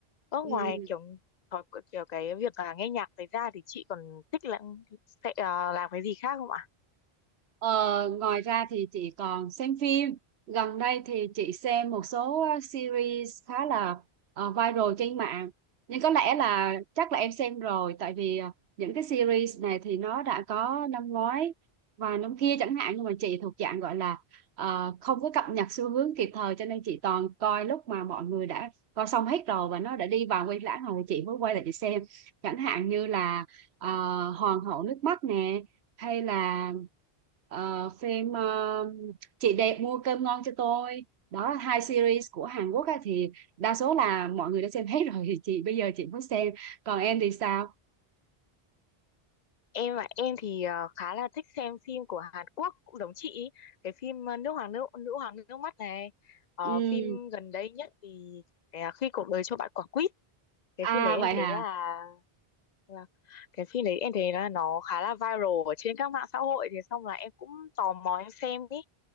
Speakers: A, on the left; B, on the right.
A: ở
B: Ừ.
A: ngoài kiểu thói kiểu cái việc là nghe nhạc đấy ra thì chị còn thích là sẽ à, làm cái gì khác không ạ
B: Ờ, ngoài ra thì chị còn xem phim. Gần đây thì chị xem một số ờ, series khá là ờ, viral trên mạng. Nhưng có lẽ là chắc là em xem rồi tại vì ờ, những cái series này thì nó đã có năm ngoái và năm kia chẳng hạn nhưng mà chị thuộc dạng gọi là ờ, không có cập nhật xu hướng kịp thời cho nên chị toàn coi lúc mà mọi người đã coi xong hết rồi và nó đã đi vào quay lãng rồi thì chị mới quay lại chị xem. Chẳng hạn như là ờ, Hoàng hậu nước mắt nè hay là ờ, phim ờ, chị đẹp mua cơm ngon cho tôi đó hai series của Hàn Quốc á, thì đa số là mọi người đã xem hết rồi <laughs> chị bây giờ chị mới xem còn em thì sao
A: em ạ em thì ờ, khá là thích xem phim của Hàn Quốc cũng giống chị ý. cái phim ờ, Nước Hoàng Nữ Nữ Hoàng Nước Mắt này Ờ,
B: ừ.
A: phim gần đây nhất thì ờ, khi cuộc đời cho bạn quả quýt cái
B: à
A: phim đấy em
B: vậy
A: thấy
B: hả
A: là, là cái phim đấy em thấy là nó khá là viral ở trên các mạng xã hội thì xong là em cũng tò mò em xem ý